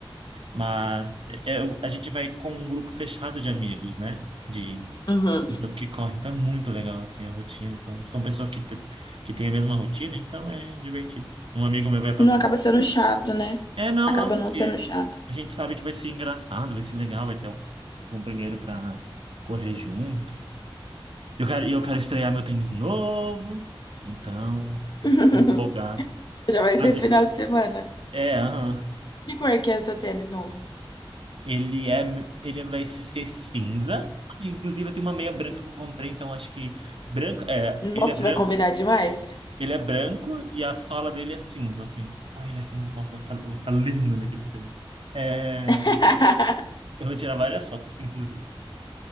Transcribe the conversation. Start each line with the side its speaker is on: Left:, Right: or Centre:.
Right: Mas é- é- a gente vai com um grupo fechado de amigos, né? De
Left: Uhum.
Right: pessoas que correm. Então é muito legal, assim, a rotina. Então, são pessoas que, te- que têm a mesma rotina, então é divertido. Um amigo meu vai passar.
Left: Não acaba sendo chato, né?
Right: É, não,
Left: Acaba
Right: não, porque
Left: não sendo chato.
Right: a gente sabe que vai ser engraçado, vai ser legal, vai ter um companheiro pra correr junto. Eu quero, e eu quero estrear meu tênis novo, então,
Left: <laughs>
Right: empolgado.
Left: Já vai ser
Right: Sabe?
Left: esse final de semana.
Right: É, aham.
Left: Que cor que é o seu tênis novo?
Right: Ele é, ele vai ser cinza. Inclusive, eu tenho uma meia branca
Left: Uhum.
Right: que eu comprei, então acho que branco, é,
Left: Nossa,
Right: ele é branco,
Left: vai combinar demais.
Right: ele é branco e a sola dele é cinza, assim. Ai, vai ser, nossa, vai ficar, eu vou ficar lindo naquele tempo. É,
Left: <laughs>
Right: eu vou tirar várias fotos, inclusive.